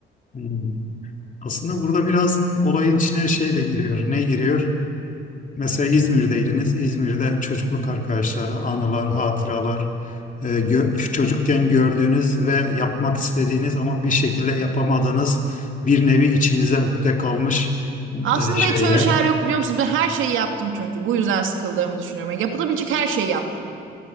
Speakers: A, on the left (about 40°); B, on the right (about 80°).
A: Hmm. Aslında burada biraz olayın içine şey de giriyor. Ne giriyor? Mesela İzmir'deydiniz. İzmir'de çocukluk arkadaşları, anılar, hatıralar, e, gö- çocukken gördüğünüz ve yapmak istediğiniz ama bir şekilde yapamadığınız bir nevi içinize ukde kalmış
B: Aslında
A: e, şeyler.
B: hiç öyle şeyler yok biliyor musunuz? Ben her şeyi yaptım çünkü. Bu yüzden sıkıldığımı düşünüyorum. Yani yapılabilecek her şeyi yaptım.